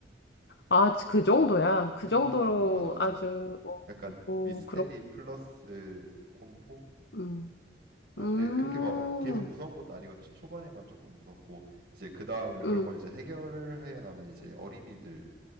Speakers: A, on the left; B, on the right.
A: 아, 그 정도야. 그
B: 그
A: 정도로
B: 정도야. 어, 맞아, 맞아.
A: 아주, 뭐,
B: 약간
A: 뭐,
B: 미스테리
A: 그렇군.
B: 플러스 공포?
A: 음,
B: 그런데
A: 음,
B: 그렇게 막 계속 무서운 것도 아니고 초- 초반에만 조금 무섭고 이제 그 다음에 그런
A: 음,
B: 걸 이제 해결을 해 나는 이제 어린이들